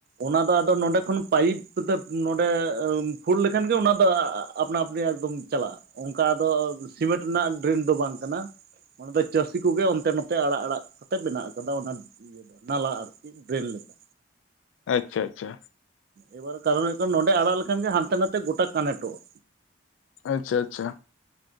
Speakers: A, on the right (about 50°); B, on the left (about 85°).
A: ᱚᱱᱟ ᱫᱚ ᱟᱫᱚ ᱱᱚᱰᱮ ᱠᱷᱚᱱ ᱯᱟᱭᱤᱯ ᱠᱚᱛᱮ ᱱᱚᱰᱮ ᱯᱷᱩᱞ ᱞᱮᱠᱷᱟᱱ ᱜᱮ ᱚᱱᱟ ᱫᱚ ᱟᱯᱱᱟ ᱟᱯᱱᱤ ᱮᱠᱫᱚᱢ ᱪᱟᱞᱟᱜᱼᱟ᱾ ᱚᱱᱠᱟ ᱫᱚ ᱥᱤᱢᱮᱱᱴ ᱨᱮᱱᱟᱜ ᱰᱨᱮᱱ ᱫᱚ ᱵᱟᱝ ᱠᱟᱱᱟ᱾ ᱟᱫᱚ ᱪᱟᱹᱥᱤ ᱠᱚᱜᱮ ᱚᱱᱛᱮ ᱱᱚᱛᱮ ᱟᱲᱟᱜ ᱟᱲᱟᱜ ᱛᱮ ᱵᱮ ᱟᱠᱟᱫᱟ ᱚᱱᱟ ᱤᱭᱟᱹ ᱫᱚ ᱱᱟᱞᱟ ᱟᱨᱠᱤ ᱰᱨᱮᱱ ᱞᱮᱠᱟ
B: ᱟᱪᱪᱷᱟ ᱟᱪᱪᱷᱟ᱾
A: ᱮᱵᱟᱨ ᱠᱟᱨᱚᱱ ᱦᱩᱭᱩᱜ ᱠᱟᱱᱟ ᱱᱚᱸᱰᱮ ᱟᱲᱟᱜ ᱞᱮᱠᱷᱟᱱ ᱜᱮ ᱦᱟᱱᱛᱮ ᱱᱟᱛᱮ ᱜᱚᱴᱟ ᱠᱟᱱᱮᱠᱴᱚᱜᱼᱟ᱾
B: ᱟᱪᱪᱷᱟ ᱟᱪᱪᱷᱟ᱾